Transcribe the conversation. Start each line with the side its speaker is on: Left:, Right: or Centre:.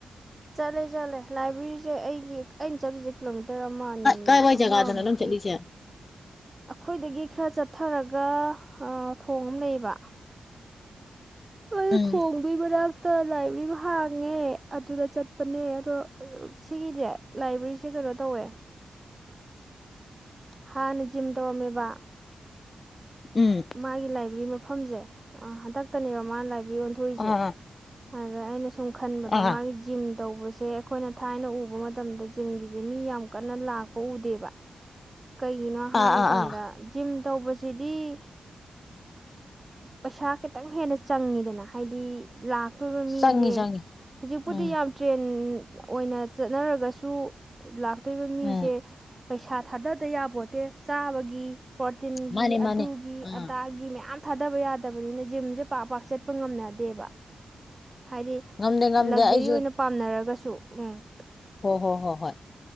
Right: ꯂꯩꯖꯠꯂꯦ ꯂꯥꯏꯕ꯭ꯔꯦꯔꯤꯁꯦ ꯑꯩꯒꯤ ꯑꯩꯅ ꯆꯠꯂꯤꯁꯦ ꯀꯤꯂꯣꯃꯤꯇꯔ ꯇꯔꯃꯥꯅꯤ
Left: ꯀꯥꯏꯋꯥꯏ
Right: ꯑꯃꯃꯨꯛꯀꯤ
Left: ꯖꯒꯥꯗꯅꯣ ꯅꯪ ꯆꯠꯂꯤꯁꯦ
Right: ꯑꯩꯈꯣꯏꯗꯒꯤ ꯈꯔ ꯆꯠꯊꯔꯒ ꯊꯣꯡ ꯑꯃ ꯂꯩꯌꯦꯕ ꯑ
Left: ꯎꯝ
Right: ꯊꯣꯡꯗꯣꯏꯕꯔꯛꯇ ꯂꯥꯏꯕ꯭ꯔꯦꯔꯤ ꯍꯥꯡꯉꯦ ꯑꯗꯨꯗ ꯆꯠꯄꯅꯦ ꯁꯣ ꯁꯤꯒꯤꯗꯤꯦ ꯂꯥꯏꯕ꯭ꯔꯦꯔꯤꯁꯦ ꯀꯩꯅꯣ ꯇꯧꯋꯦ ꯍꯥꯟꯅ ꯖꯤꯝ ꯇꯧꯔꯝꯃꯦꯕ
Left: ꯎꯝ
Right: ꯃꯥꯒꯤ ꯂꯥꯏꯕ꯭ꯔꯦꯔꯤ ꯃꯐꯝꯁꯦ ꯑ ꯍꯟꯗꯛꯇꯅꯦꯕ ꯃꯥꯅ ꯂ ꯌꯣꯟꯊꯣꯏꯁꯦ
Left: ꯑꯥ ꯑꯥ
Right: ꯑꯗꯨꯗ ꯑꯩꯅ ꯁ ꯈꯟꯕꯗ
Left: ꯑꯥ
Right: ꯃꯥꯒꯤ ꯖꯤꯝ ꯇꯧꯕꯁꯦ ꯑꯩꯈꯣꯏꯅ ꯊꯥꯏꯅ ꯎꯕ ꯃꯇꯝꯗ ꯖꯤꯝꯒꯤꯁꯦ ꯃꯤ ꯌꯥꯝ ꯀꯟꯅ ꯂꯥꯛꯄ ꯎꯗꯦꯕ ꯀꯩꯒꯤꯅꯣ ꯍꯥꯏ
Left: ꯑꯥ ꯑꯥ
Right: ꯀꯥꯟꯗ
Left: ꯑꯥ
Right: ꯖꯤꯝ ꯇꯧꯕꯁ ꯑꯁꯤꯗꯤ ꯄꯩꯁꯥ ꯈꯤꯇꯪ ꯍꯦꯟꯅ ꯆꯪꯉꯤꯗꯅ ꯍꯥꯏꯗꯤ ꯂꯥꯛ ꯑꯇꯣꯔꯤꯕ ꯃꯤꯁꯦ
Left: ꯆꯪꯉꯤ ꯆꯪꯉꯤ
Right: ꯍꯧꯖꯤꯛꯄꯨꯗꯤ
Left: ꯎꯝ
Right: ꯌꯥꯝ ꯇ꯭ꯔꯦꯟ ꯑꯣꯏꯅ ꯆꯠꯅꯔꯒꯁꯨ ꯂꯥꯛ ꯑꯠꯇꯣꯏꯕ ꯃꯤꯁꯦ
Left: ꯎꯝ
Right: ꯄꯩꯁꯥ ꯊꯥꯗꯗ ꯌꯥꯕꯣꯠꯇꯦ ꯆꯥꯕꯒꯤ ꯄꯣꯠ ꯇꯤꯟꯒꯤ
Left: ꯃꯥꯅꯦ
Right: ꯑꯗꯨꯒꯤ
Left: ꯃꯥꯅꯦ ꯑꯥ
Right: ꯑꯗꯥꯒꯤ ꯃꯌꯥꯝ ꯊꯥꯗꯕ ꯌꯥꯗꯕꯅꯤꯅ ꯖꯤꯝꯁꯦ ꯄꯥꯛ ꯄꯥꯛ ꯆꯠꯄ ꯉꯝꯅꯗꯦꯕ ꯍꯥꯏꯗꯤ
Left: ꯉꯝꯗꯦ ꯉꯝꯗꯦ
Right: ꯂꯛꯖꯔꯤ
Left: ꯑꯩꯁꯨ
Right: ꯑꯣꯏꯅ ꯄꯥꯝꯅꯔꯒꯁꯨ ꯎꯝ
Left: ꯍꯣꯏ ꯍꯣꯏ ꯍꯣꯏ ꯍꯣꯏ